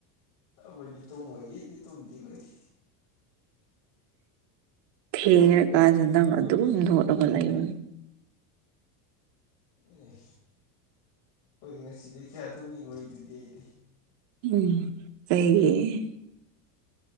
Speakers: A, on the left; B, on the right.
A: ꯑꯩꯈꯣꯏꯗꯤ ꯇꯨꯝ ꯃꯣꯏꯒꯦꯗꯤ ꯇꯨꯝꯗꯤ ꯑꯣꯏꯗꯦ
B: ꯊꯦꯡꯉꯀꯥꯟꯁꯤꯗ ꯅꯪ ꯑꯗꯨꯝ ꯅꯣꯠꯂꯒ ꯂꯩꯌꯨ
A: ꯑꯦ ꯍꯣꯏꯗꯤ ꯉꯁꯤꯗꯤ ꯀꯌꯥ ꯇꯧꯅꯤꯡꯉꯣꯏ ꯑꯗꯨꯗꯤ ꯑꯩꯗꯤ
B: ꯎꯝ ꯀꯩꯒꯤ